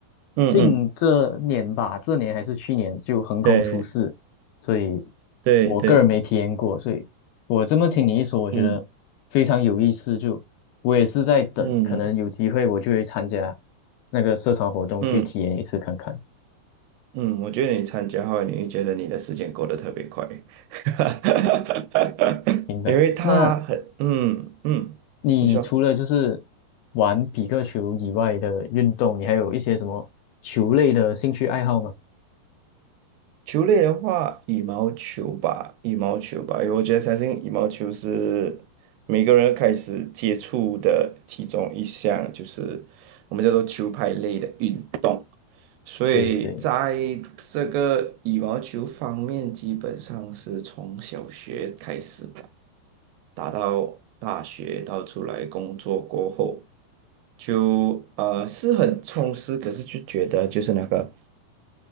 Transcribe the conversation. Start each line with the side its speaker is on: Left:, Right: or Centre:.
Right: 嗯嗯，
Left: 近这年吧，这年还是去年就横空出世，
Right: 对
Left: 所以
Right: 对对，
Left: 我个人没体验过，所以我这么听你一说，我觉得非常有意思，
Right: 嗯
Left: 就我也是在等，
Right: 嗯
Left: 可能有机会我就会参加那个社团活动去体验一次看看。
Right: 嗯嗯，我觉得你参加后，你会觉得你的时间过得特别快，<laughs>
Left: 明白。
Right: 因为他很嗯嗯，
Left: 那你除了就是
Right: 你说。
Left: 玩比克球以外的运动，你还有一些什么球类的兴趣爱好吗？
Right: 球类的话，羽毛球吧，羽毛球吧，因为我觉得相信羽毛球是每个人开始接触的其中一项，就是我们叫做球拍类的运。动。所以在这个羽毛球方面，
Left: 对对，
Right: 基本上是从小学开始吧，打到大学，到出来工作过后，就呃是很充实，可是就觉得就是那个。